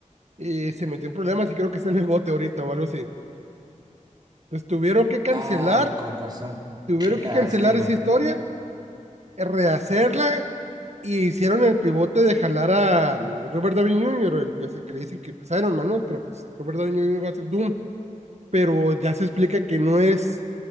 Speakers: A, on the right; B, on the right.
A: eh, se metió en problemas y creo que está en el bote ahorita o algo así. Entonces tuvieron que cancelar,
B: Ay, con razón.
A: tuvieron
B: Qué lástima.
A: que cancelar esa historia, rehacerla y hicieron el pivote de jalar a mm, Robert Downey Jr., el pues, el que le dicen que pues, Iron Man, ¿no? Pero pues Robert Downey Jr. va a ser Doom, pero ya se explica que no es